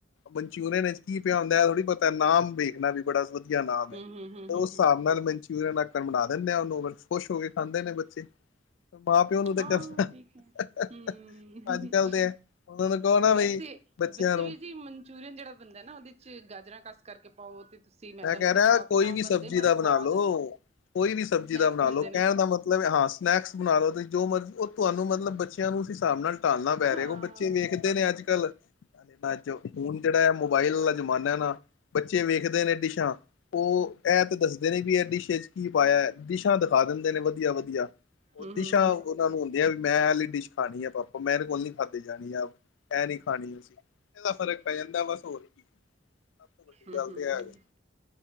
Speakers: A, on the left; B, on the right.
A: ਮਨਚੂਰੀਅਨ ਏੱਚ ਕੀ ਪਿਆ ਹੁੰਦੈ ਓ ਨੀ ਪਤਾ, ਨਾਮ ਵੇਖਣਾ ਵੀ ਬੜਾ ਵ ਧੀਆ ਨਾਮ
B: ਹੂੰ-ਹੂੰ-ਹੂੰ-ਹੂੰ-ਹੂੰ
A: ਐ ਤੇ ਓਸ ਸਾਬ ਨਾਲ ਮਨਚੂਰੀਅਨ ਆਕਣ ਬਣਾ ਦੇਨੇਂ ਆ ਓਨੂੰ। ਬ ਖੁਸ਼ ਹੋ ਕੇ ਖਾਂਦੇ ਨੇ ਬੱਚੇ। ਮਾਂ ਪਿਓ ਨੂੰ ਤੇ
B: ਹਾਂ,
A: ਕਰਨਾ
B: ਠੀਕ ਐ ਹੂੰ।
A: ਅੱਜ ਕੱਲ ਤੇ ਉਹਨਾਂ ਨੂੰ ਕਹੋ ਨਾ
B: ਵੈਸੇ,
A: ਬਈ ਬੱਚਿਆਂ
B: ਵੈਸੇ
A: ਨੂੰ
B: ਵੀਰ ਜੀ ਮਨ ਚੂਰੀਅਨ ਜੜਾ ਬਨਦੈ ਨਾ ਓਦੇ 'ਚ ਗਾਜਰਾਂ ਕਸ ਕਰਕੇ ਪਾਓ ਤੇ ਤੁਸੀਂ ਮੈਦਾ
A: ਮੈਂ ਕੈ
B: ਮੂਦਾ
A: ਰਾ
B: ਪਾ ਕੇ
A: ਕੋਈ
B: ਨਾ ਉਹ
A: ਵੀ
B: ਬਣਦੇ
A: ਸਬਜ਼ੀ
B: ਬੜਾ
A: ਦਾ ਬਨਾ
B: ਸਵਾਦ
A: ਲੋ। ਕੋਈ ਵੀ ਸਬਜ਼ੀ
B: ਸਨੈਕਸ
A: ਦਾ ਬਨਾ
B: ਬਣਦੇ
A: ਲੋ
B: ਨੇ
A: ਕੈਨ ਦਾ ਮਤਲਬ ਐ ਹਾਸ ਸਨੈਕਸ ਬਣਾ ਲੋ ਤੇ ਜੋ ਮਰਜ ਓ ਤੁਆਨੂੰ ਮਤਲਬ ਬੱਚੇਆਂ ਨੂੰ ਉਸ ਹਿਸਾਬ ਨਾਲ ਢਾਲਣਾ ਪੈ
B: ਹਾਂ
A: ਰਿਐ ਕੇ ਓ ਬੱਚੇ ਵੇਖ ਨੇ ਅੱਜ-ਕਲ ਅੱਜ ਹੁਣ ਜੇੜਾ ਏ ਮੋਬਾਇਲ ਆਲਾ ਜ਼ਮਾਨਾ ਐ ਨਾ ਬੱਚੇ ਵੇਖਦੇ ਨੇ ਦਿਸ਼ਾ ਓ ਐ ਤੇ ਦੱਸਦੇ ਨੇ ਵੀ ਐ ਡਿਸ਼ ਏੱਚ ਕੀ ਪਾਏਐ। ਡਿਸ਼ਾ ਦਖਾ ਦਿੰਦੇ ਨੇ ਵਧੀਆ-ਵਧੀਆ ਓ
B: ਹੂੰ ਹੂੰ
A: ਦਿਸ਼ਾ
B: ਹੂੰ
A: ਓਨਾ ਨੂੰ ਵੀ ਐ ਵਲ ਮੈਂ ਐਲੀ ਡਿਸ਼ ਖਾਣੀ ਏ ਪਾਪਾ ਮੈਂਰੇ ਕੋਲ ਨੀ ਖਾਦੇ ਜਾਣੀ ਐ। ਐ ਨੀ ਖਾਣੀ ਅਸੀ ਏਦਾ ਫਰਕ ਪੈ ਜਾਂਦਾ ਬਸ ਹੋਰ ਕੀ। ਸਭ ਤੋਂ ਵੱਡੀ
B: ਹੂੰ
A: ਗੱਲ
B: ਹੂੰ
A: ਤੇ ਐ ਵੇ।